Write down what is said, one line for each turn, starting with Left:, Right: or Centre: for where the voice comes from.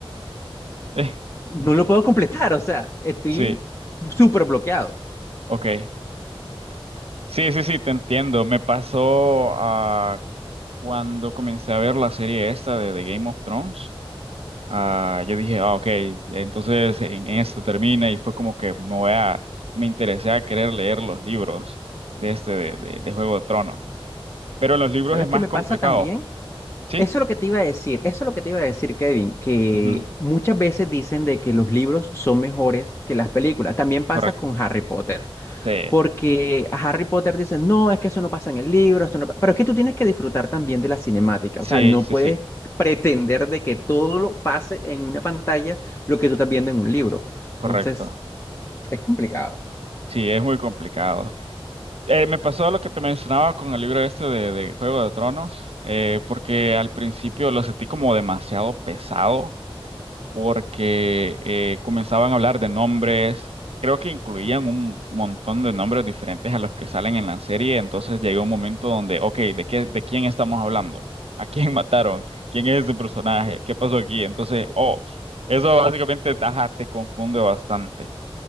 Right: <laughs>
Left: no
Right: Eh,
Left: lo puedo completar, o sea, estoy
Right: Sí,
Left: súper bloqueado.
Right: ok. Sí, sí, sí, te entiendo. Me pasó ah, cuando comencé a ver la serie esta de, de Game of Thrones. Ah, yo dije, ah, ok, entonces en, en esto termina y fue como que me voy a, me interesé a querer leer los libros de este, de, de, de Juego de Tronos. Pero en los libros
Left: ¿Sabes
Right: es
Left: qué
Right: más
Left: me
Right: complicado,
Left: pasa también?
Right: ¿sí?
Left: Eso es lo que te iba a decir, eso es lo que te iba a decir, Kevin, que
Right: Ujú, Mm,
Left: muchas veces dicen de que los libros son mejores que las películas. También pasa
Right: correcto.
Left: con Harry Potter,
Right: Sí,
Left: porque a Harry Potter dicen, no, es que eso no pasa en el libro, esto no pa-". Pero es que tú tienes que disfrutar también de la cinemática,
Right: sí,
Left: o sea, no
Right: sí,
Left: puedes
Right: sí,
Left: pretender de que todo lo pase en una pantalla lo que tú estás viendo en un libro. Entonces,
Right: correcto.
Left: es complicado.
Right: Sí, es muy complicado. Eh, me pasó lo que te mencionaba con el libro este de, de Juego de Tronos, eh, porque al principio lo sentí como demasiado pesado porque eh, comenzaban a hablar de nombres, creo que incluían un montón de nombres diferentes a los que salen en la serie, entonces llegó un momento donde, ok, ¿de qué, de quién estamos hablando? <laughs> ¿A quién mataron? ¿Quién es ese personaje? ¿Qué pasó aquí? Entonces, oh, eso básicamente, ajá, te confunde bastante.